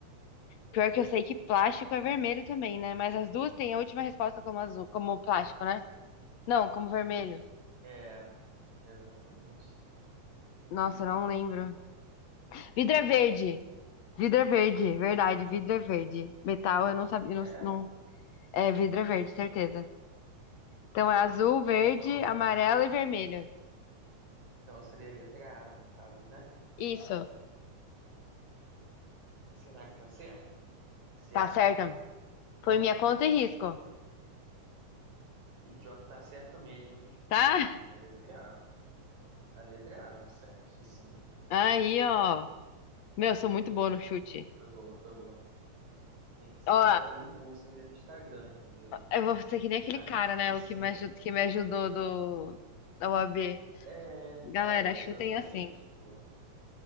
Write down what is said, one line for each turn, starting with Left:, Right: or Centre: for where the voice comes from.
Left: pior que eu sei que plástico é vermelho também, né? Mas as duas têm a última resposta como azul, como plástico, né? Não, como vermelho.
Right: É, exatamente.
Left: Nossa, eu não lembro. Vidro é verde. Vidro é verde, verdade, vidro é verde. Metal, eu não sabia, não,
Right: É?
Left: não- É, vidro é verde, certeza. Então é azul, verde,
Right: Então,
Left: amarelo e vermelho.
Right: então seria a letra A, no caso, né?
Left: Isso,
Right: Será que tá certo? Será?
Left: tá certo.
Right: Ó,
Left: Foi minha conta e risco,
Right: e pior que tá certo mesmo, hein?
Left: tá?
Right: É a letra A. A letra A, certíssimo.
Left: Aí, ó. Meu, eu sou muito boa no chute.
Right: Foi boa, foi boa. Tem que, você
Left: Ó,
Right: tem que fazer um curso e vender no Instagram, entendeu?
Left: eu vou ser que nem
Right: Arrasta
Left: aquele cara, né?
Right: pra cima.
Left: O que me ajudou, que me ajudou do, da OAB.
Right: É,
Left: Galera,
Right: cara,
Left: chutem
Right: exatamente,
Left: assim.
Right: pô.